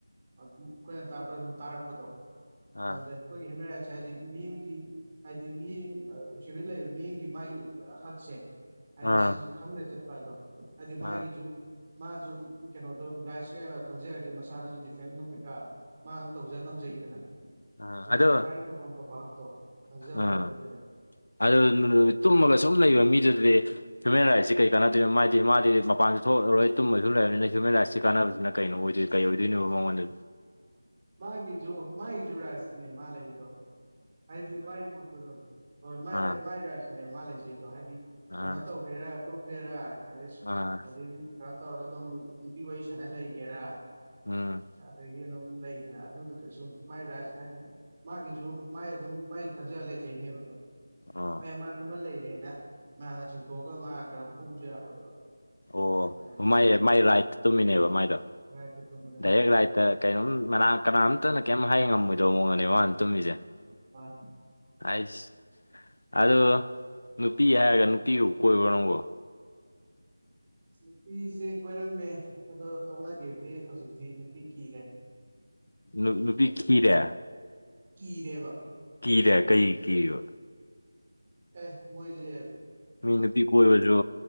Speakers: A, on the right; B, on the left.
A: ꯑ ꯎꯝ ꯑꯩꯈꯣꯏꯅ ꯇꯥꯛꯄꯗ ꯁꯨꯝ ꯇꯥꯔꯛꯄꯗꯣ
B: ꯑꯥ
A: ꯑꯗꯨꯗ ꯑꯩꯈꯣꯏꯒꯤ ꯍꯨꯃꯦꯟ ꯔꯥꯏꯠꯁ ꯍꯥꯏꯖꯦ ꯃꯤ ꯑꯃꯒꯤ ꯍꯥꯏꯗꯤ ꯃꯤ ꯑꯥ ꯄ꯭ꯔꯤꯊꯤꯕꯤꯗ ꯂꯩꯔꯤꯕ ꯃꯤ ꯑꯃꯒꯤ ꯃꯥꯒꯤ ꯍꯛꯁꯦ ꯍꯥꯏꯗꯤ
B: ꯑꯥ
A: ꯁꯤꯁꯦ ꯈꯪꯅ ꯆꯠꯄ ꯑꯗꯣ꯫ ꯍꯥꯏꯗꯤ ꯃꯥꯒꯤꯁꯖꯨ꯫
B: ꯑꯥ
A: ꯃꯥꯖꯨ ꯀꯩꯅꯣꯗꯣ ꯔꯥꯏꯠꯁ ꯇꯣ ꯍꯦꯟꯅ ꯈꯪꯖꯔꯗꯤ ꯃꯁꯥꯗꯁꯨ ꯗꯤꯐꯦꯟꯁ ꯅꯨꯡ ꯀꯩꯀꯔ꯭ꯥ ꯃꯥꯅ ꯗꯨꯝ ꯇꯧꯖ ꯉꯝꯖꯩꯗꯅ꯫
B: ꯑꯥ
A: ꯑꯗ
B: ꯑꯗꯣ
A: ꯃꯁꯥꯒꯤ ꯐꯪꯐꯝ ꯊꯣꯛꯄ ꯍꯛꯇꯣ ꯈꯪꯖꯕꯩ
B: ꯑꯥ
A: ꯋꯥꯔꯤꯅꯤꯗ꯫
B: ꯑꯗꯨ ꯇꯨꯝꯃꯒ ꯁꯨꯝ ꯂꯩꯕ ꯃꯤꯗꯨꯗꯗꯤ ꯍ꯭ꯌꯨꯃꯦꯟ ꯔꯥꯏꯠꯁꯦ ꯀꯩ ꯀꯥꯟꯅꯗꯣꯏꯅꯣ ꯃꯥꯏꯗꯤ ꯃꯥꯗꯤ ꯃꯄꯥꯟꯁꯨ ꯊꯣꯛꯑꯔꯣꯏ ꯇꯨꯝꯕꯁꯨ ꯂꯩꯔꯕꯅꯤꯅ ꯍꯌꯨꯃꯦꯟ ꯔꯥꯏꯠꯁꯤ ꯀꯥꯟꯅꯕꯁꯤꯅ ꯀꯩꯅꯣ ꯑꯣꯏꯗꯣꯏ ꯀꯩ ꯑꯣꯏꯗꯣꯏꯅꯣ ꯃꯉꯣꯟꯗ
A: ꯃꯥꯒꯤꯖꯨ ꯃꯥꯏꯖꯨ ꯔꯥꯏꯠꯁꯅꯦ ꯃꯥ ꯂꯩꯔꯤꯗꯣ ꯍꯥꯏꯗꯤ ꯃꯥꯏ ꯄꯣꯠꯇꯨꯗꯣ ꯍꯣꯏ ꯃꯥꯏ
B: ꯑꯥ
A: ꯃꯥꯏ ꯔꯥꯏꯠꯁꯖꯇꯨꯅꯦꯕ ꯃꯥ ꯂꯩꯖꯩꯗꯣ ꯍꯥꯏꯗꯤ
B: ꯑꯥ
A: ꯀꯩꯅꯣ ꯇꯧꯒꯦꯔꯥ ꯇꯨꯝꯒꯦꯔ ꯑꯗꯩ
B: ꯑꯥ
A: ꯑꯗꯩ ꯀꯩꯅꯣ ꯇꯧꯔꯒ ꯑꯗꯨꯝ ꯅꯨꯄꯤ ꯋꯥꯔꯤ ꯁꯥꯟꯅ ꯂꯩꯒꯦꯔꯥ
B: ꯎꯝ
A: ꯑꯗꯒꯤ ꯑꯗꯨꯝ ꯂꯩ ꯑꯗꯨꯗ ꯀ ꯁꯨꯝ ꯃꯥꯏ ꯔꯥꯏꯠꯁ ꯍꯥꯏꯗꯤ ꯃꯥꯒꯤꯖꯨ ꯃꯥꯏ ꯑꯗꯨꯝ ꯃꯥꯏꯖꯨ ꯈꯟꯖ ꯂꯩꯖꯩꯅꯦꯕ ꯑꯗꯣ
B: ꯑꯣ
A: ꯍ ꯃꯥ ꯇꯨꯝꯃ ꯂꯩꯔꯦꯅ ꯃꯌꯥꯝꯅ ꯆꯤꯡꯊꯣꯛꯑꯒ ꯃꯥ ꯀꯩꯅꯣ ꯐꯨꯕꯖꯨ ꯌꯥꯔꯣꯏꯕ꯫
B: ꯑꯣ
A: ꯑꯗꯨꯅ
B: ꯃꯥꯏ ꯃꯥꯏ ꯔꯥꯏꯠ ꯇꯨꯝꯃꯤꯅꯦꯕ ꯃꯥꯏꯗꯣ
A: ꯉꯥꯏꯇ ꯇꯨꯝꯕꯅꯦ
B: ꯗꯥꯏꯔꯦꯛ
A: ꯃꯥꯏꯗꯣ
B: ꯔꯥꯏꯠ ꯀꯩꯅꯣꯝ ꯀꯅꯥꯝꯇꯅ ꯀꯩꯝ ꯍꯥꯏ ꯉꯝꯃꯣꯏꯗꯧꯕ ꯃꯑꯣꯡꯗꯅꯦꯕ ꯃꯥꯅ ꯇꯨꯝꯃꯤꯖꯦ ꯫
A: ꯃꯥꯅꯤ ꯫
B: ꯑꯩꯁ ꯑꯗꯣ ꯅꯨꯄꯤ ꯍꯥꯏꯔꯒ ꯅꯨꯄꯤꯕꯨ ꯀꯣꯏꯕꯔꯣ ꯅꯪꯕꯣ
A: ꯅꯨꯄꯤꯁꯦ ꯀꯣꯏꯔꯝꯃꯦ ꯑꯗꯣ ꯇꯣꯛꯅꯈꯤꯕꯗꯤ ꯍꯧꯖꯤꯛꯇꯤ ꯅꯨꯄꯤ ꯀꯤꯔꯦ
B: ꯅꯨ ꯅꯨꯄꯤ ꯈꯤꯔꯦ
A: ꯀꯤꯔꯦꯕ
B: ꯀꯤꯔꯦ ꯀꯩꯒꯤ ꯀꯤꯔꯤꯕ
A: ꯑꯦ ꯃꫭꯏꯖꯦ
B: ꯃꯤ ꯅꯨꯄꯤ ꯀꯣꯏꯕꯁꯨ